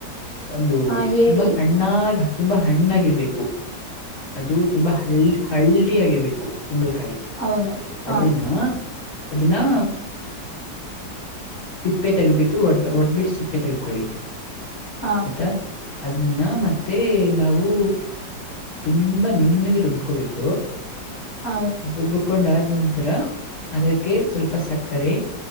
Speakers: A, on the left; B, on the right.
A: ಒಂದು
B: ಹಾ ಹೇಳಿ
A: ತುಂಬಾ ಹಣ್ ಹಣ್ಣಾ ತುಂಬಾ ಹಣ್ಣಾಗಿರ್ಬೇಕು ಅದು ತುಂಬಾ ಹ ಹಳ್ಳದಿ ಆಗಿರ್ಬೇಕು ಕುಂಬಳಕಾಯಿ
B: ಹೌದಾ ಹ
A: ಅದನ್ನ ಅದನ್ನಾ ಸಿಪ್ಪೆ ತೆಗಿದು ಬಿಟ್ಟು ಹೊಡ್ಬಿಟ್ಟು ಸಿಪ್ಪೆ ತೆಗದ್ಕೊಳ್ಳಿ.
B: ಹಾ
A: ಆಯ್ತಾ ಅದನ್ನ ಮತ್ತೆ ನಾವು ತುಂಬಾ ನುಣ್ಣುಗೆ ರುಬ್ಕೋಬೇಕು.
B: ಹೌ
A: ರುಬ್ಬಕೊಂಡ್ ಆದ ನಂತರ ಅದಕ್ಕೆ ಸ್ವಲ್ಪ ಸಕ್ಕರೆ